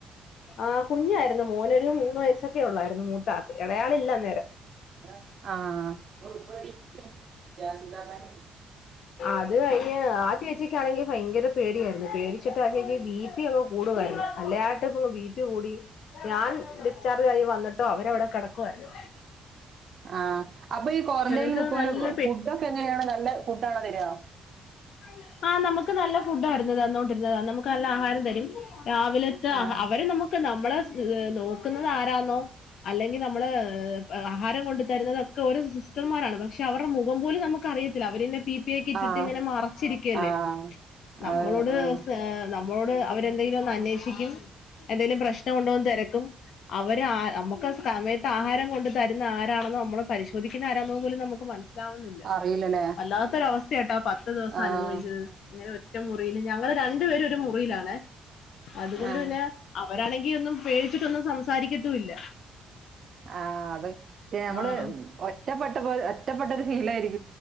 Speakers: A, on the left; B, on the right.
A: ആ കുഞ്ഞായിരുന്നു മോന് ഒരു മൂന്ന് വയസ്സൊക്കെ ഉള്ളായിരുന്നു മൂത്ത അൾക്ക് എളയ ആള് ഇല്ല അന്നേരം.
B: ആഹ് ജാസിത്താത്ത <unintelligible>
A: അത് കയ്യ് ആദ്യം ആ ചേച്ചിക്ക് ആണെങ്കിൽ ഭയങ്കര പേടിയായിരുന്നു പേടിച്ചിട്ട് ആ ചേച്ചി ബി പി അങ് കൂടുമായിരുന്നു നല്ലതായിട്ട് ബി പി- ബിപി കൂടി ഞാൻ ഡിസ്ചാർജ് ആയി വന്നിട്ടും അവര് അവിടെ കെടക്കുവയിരുനു.
B: ആഹ് അപ്പൊ ഈ ക്വാറന്റൈനിൽ
A: ചിലർക്ക്
B: നിക്കുവവാ
A: നല്ല
B: ഫുഡൊക്കെ എങ്ങനെയാണ് നല്ല ഫുഡ് ആണോ തരിക.
A: അ <unintelligible> ആഹ് നമുക്ക് നല്ല ഫുഡ് ആരുന്നത് തന്നോണ്ടിരുന്നത്. നമുക്ക് നല്ല ആഹാരം തരും. രാവിലെ-
B: ആഹ്
A: അവര് നമുക്ക് നമ്മളെ നോക്കുന്നത് ആരാണോ. അല്ലെങ്കിൽ നമ്മള് ആഹാരം കൊണ്ട് തരുന്നത്തൊക്കെ ഓരോ സിസ്റ്റർമാരാണ് പക്ഷെ അവരുടെ മുഖം പോലും നമുക്ക് അറിയത്തില്ല. അവര് തന്നെ - പി പി ക്ക ഇട്ടിട്ട്
B: ആഹ്
A: ഇങ്ങനെ മറച്ചിരിക്കല്ലേ.
B: ആഹ്
A: നമ്മളോട്
B: അത് ആഹ്
A: നമ്മളോട് അവരെന്തെങ്കിലും ഒന്ന് അന്വേഷിക്കും. എന്തെങ്കിലും പ്രശ്നം ഉണ്ടോന്ന് തെരക്കും. അവര് ആ നമുക്ക് സമയത്ത് ആഹാരം കൊണ്ട് തരുന്ന ആരാണെന്ന് നമ്മള് - പരിശോധിക്കുന്ന ആരാന്ന് പോലും നമുക്ക് മനസ്സിലാവുന്നില്ല
B: അറിയില്ലല്ലേ
A: വല്ലാത്തൊരു അവസ്ഥ കേട്ടോ ആ പത്ത് - പത്ത് ദിവസം
B: ആഹ്
A: അനുഭവിച്ചത്. ഇങ്ങനെ ഒറ്റ മുറിയിൽ ഞങ്ങള് രണ്ടു പേരും ഒരു മുറിയിലാണ് അതുകൊണ്ട്
B: ആഹ്
A: പിന്നെ അവരാണെങ്കിൽ ഒന്നും പേടിച്ചിട്ടൊന്നും സംസാരിക്കത്തുയില്ല.
B: ആ അത് പക്ഷെ നമ്മള്
A: ആ
B: ഒറ്റപ്പെട്ടപ്പോലെ ഒറ്റപ്പെട്ടരു ഫീലായിരിക്കും.